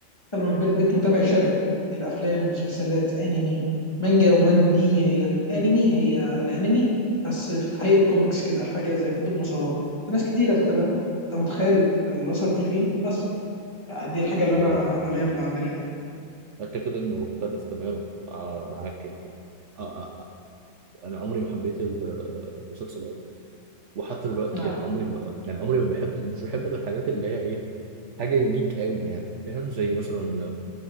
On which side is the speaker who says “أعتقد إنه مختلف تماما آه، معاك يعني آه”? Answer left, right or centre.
Right